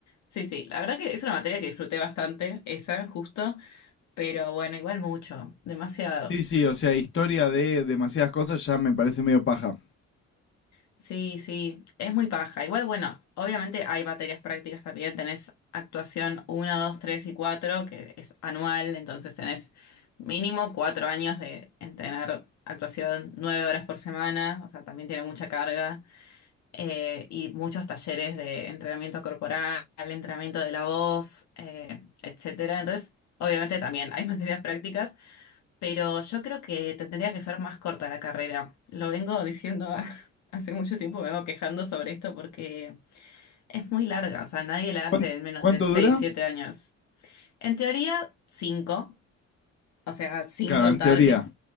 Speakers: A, on the left; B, on the left.
A: Sí, sí, la verdad que es una materia que disfruté bastante, esa, justo, pero bueno, igual mucho, demasiado.
B: sí, sí, o sea, historia de demasiadas cosas ya me parece medio paja.
A: Sí, sí, es muy paja. Igual, bueno, obviamente hay materias prácticas también. Tenés actuación uno, 2, 3 y 4, que es anual, entonces tenés mínimo cuatro años de entrenar actuación nueve horas por semana, o sea, también tiene mucha carga. Eh, y muchos talleres de entrenamiento corporal, entrenamiento de la voz, eh, etcétera. Entonces, obviamente también hay <laughs> materias prácticas, pero yo creo que tendría que ser más corta la carrera. Lo vengo diciendo <laughs> hace mucho tiempo, me vengo quejando sobre esto porque es muy larga, o sea, nadie la
B: ¿Cuán-
A: hace en menos
B: ¿Cuánto,
A: de 6
B: dura?
A: 7 años. En teoría, cinco o sea, sin
B: Claro,
A: contar
B: en teoría.
A: que...